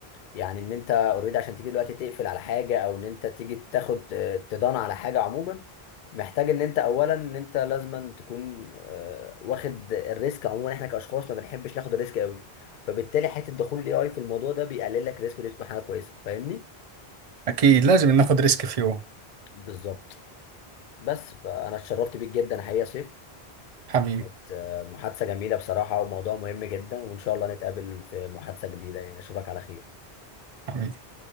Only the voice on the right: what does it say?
أكيد لازم ناخد ريسك في يوم
حبيبي
حبيبي